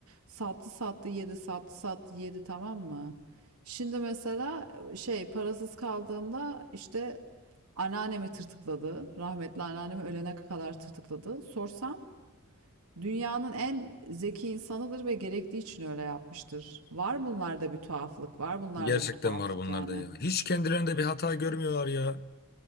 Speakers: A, on the right; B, on the left.
A: sattı sattı yedi, sattı sattı yedi tamam mı? Şimdi mesela e, şey parasız kaldığında işte anneannemi tırtıkladı. Rahmetli anneannemi ölene kadar tırtıkladı. Sorsam dünyanın en zeki insanıdır ve gerektiği için öyle yapmıştır. Var bunlarda bir tuhaflık, var bunlarda
B: Gerçekten
A: bir tuhaflık
B: var bunlarda
A: yani.
B: ya. Hiç kendilerinde bir hata görmüyorlar ya.